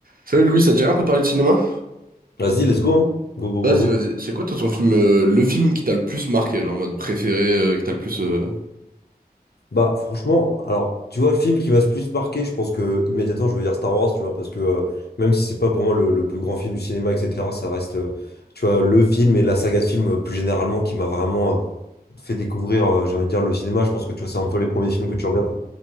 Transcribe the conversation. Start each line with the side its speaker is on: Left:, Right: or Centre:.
Right: Salut Louis, ça te dirait un peu de parler de cinéma?
Left: Vas-y, let's go, hein. Go, go,
Right: Vas-y,
Left: go,
Right: vas-y.
Left: go.
Right: C'est quoi toi ton film, euh, le film qui t'a le plus marqué, genre en mode préféré, euh, qui t'a le plus. euh,
Left: Bah, franchement, alors, tu vois, le film qui m'a le plus marqué, je pense que immédiatement, je vais dire Star Wars, tu vois, parce que euh, même si c'est pas pour moi le, le plus grand film du cinéma, etc., ça reste, euh, tu vois, le film et la saga de films euh, plus généralement qui m'a vraiment, euh, fait découvrir, euh, j'ai envie de dire, le cinéma. Je pense que tu vois, c'est un peu les premiers films que tu regardes